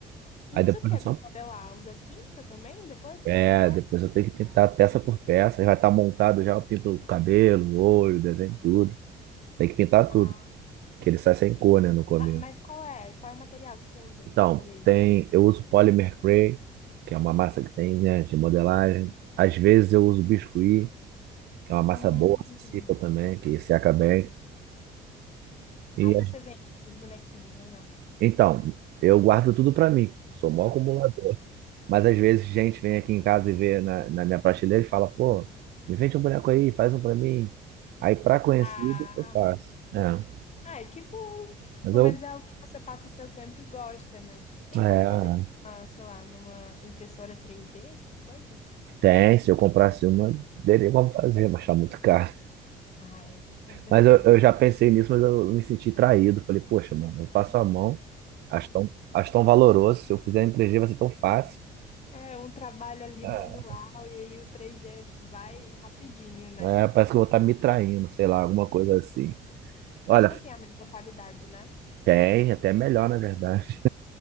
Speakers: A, on the left; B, on the right.
A: E
B: Aí
A: usa
B: depois
A: o que
B: eu
A: pra
B: só.
A: modelar? Usa tinta também depois pra
B: É,
A: pintar?
B: depois eu tenho que pintar peça por peça. Aí vai estar montado já, eu pinto o cabelo, o olho, desenho tudo. Tem que pintar
A: Ah,
B: tudo. que ele sai sem cor, né, no começo.
A: ma- mas qual é? Qual é o material que você usa
B: Então,
A: pra fazer isso?
B: tem, eu uso Polymer clay que é uma massa que tem, né, de modelagem. Às vezes eu uso Biscuit, que é uma
A: Hum.
B: massa boa, acessível também, que seca bem. E
A: Aí você
B: às-
A: vende esses bonequinhos ou não?
B: então, eu guardo tudo para mim, sou mó acumulador. Mas às vezes gente vem aqui em casa e vê na, na minha prateleira e fala, pô, me vende um boneco aí, faz um para mim. Aí para conhecido
A: Ah.
B: eu faço. É,
A: Ai, que bom.
B: mas
A: Pelo
B: eu
A: menos é o que você passa seu tempo e gosta, né? Tem
B: é,
A: como fazer, ah, sei lá, numa impressora três d essas coisas?
B: tem, se eu comprasse uma, teria como fazer, mas tá muito caro.
A: Ah, é, com certeza.
B: Mas eu, eu já pensei nisso, mas eu me senti traído. Falei, poxa, mano, eu faço a mão, acho tão, acho tão valoroso. Se eu fizer em 3G vai ser tão fácil.
A: É um trabalho ali
B: É.
A: manual e aí o três d vai rapidinho, né?
B: É, parece que eu vou estar me traindo, sei lá, alguma coisa assim. Olha,
A: Mas não tem a mesma qualidade, né?
B: tem, até melhor, na verdade.